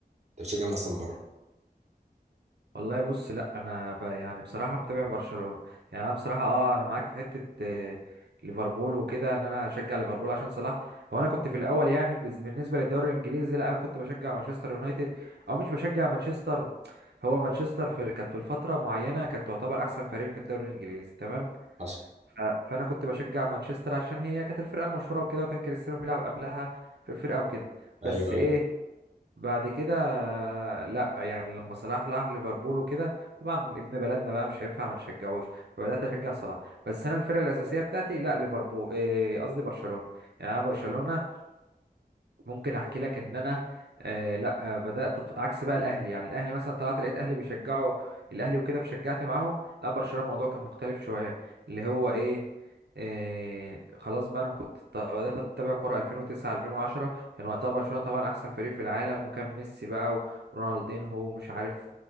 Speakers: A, on the right; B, on the right.
A: انت بتشجع من اصلا بره
B: والله بص لا انا ب... يعني بصراحة متابع برشلونة يعني انا بصراحة اه انا معاك في حتة آه، ليفربول وكده ان انا اشجع ليفربول عشان صلاح هو انا كنت في الاول يعني بز- بالنسبة للدوري الانجليزي لا انا كنت بشجع مانشستر يونايتد او مش بشجع مانشستر هو مانشستر في... كانت في الفترة معينة كانت تعتبر احسن فريق في الدوري الانجليزي تمام
A: حصل
B: ف... فانا كنت بشجع مانشستر عشان هي كانت الفرقة المشهورة وكده وكان كريستيانو بيلعب قبلها في الفرقة وكده بس
A: ايوه
B: ايه
A: ايوه
B: بعد كده لا يعني لما صلاح راح ليفربول وكده طبعا ابن بلدنا بقى مش هينفع ما نشجعوش فبدات اشجع صلاح بس انا الفرقه الاساسيه بتاعتي لا ليفربول إيه، قصدي برشلونه يعني انا برشلونه ممكن احكي لك ان انا آه لا آه، بدات أتف- عكس بقى الاهلي يعني الاهلي مثلا طلعت لقيت اهلي بيشجعوا الاهلي وكده فشجعت معاهم لا برشلونه الموضوع كان مختلف شويه اللي هو ايه آه خلاص بقى انا كنت ط- بدات اتابع كوره 2009 2010 كان وقتها برشلونه طبعا احسن فريق في العالم وكان ميسي بقى ورونالدينهو ومش عارف